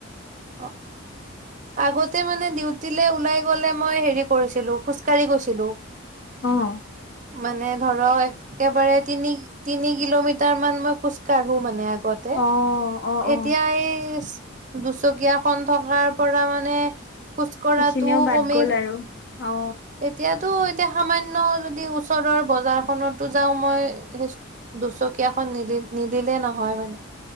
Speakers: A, on the right; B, on the left.
A: অ আগতে মানে ডিউটিলে ওলাই গ'লে মই হেৰি কৰিছিলো, খোজকাঢ়ি গৈছিলো।
B: অহ'।
A: মানে ধৰক একেবাৰে তিনি, তিনি কিলোমিটাৰ মান মই খোজকাঢ়ো মানে আগ আগতে,
B: অ অ অ
A: এতিয়া এই দুচকীয়াখন থকাৰ পৰা মানে, খোজ কঢ়াটোও
B: সেইখিনিও বাদ
A: কমিল।
B: গ'ল আৰু অ
A: এতিয়াতো, এতিয়া সামান্য যদি ওচৰৰ বজাৰখনতো যাও মই সে দুচকীয়াখন নিদি -নিদিলে নহয় মানে।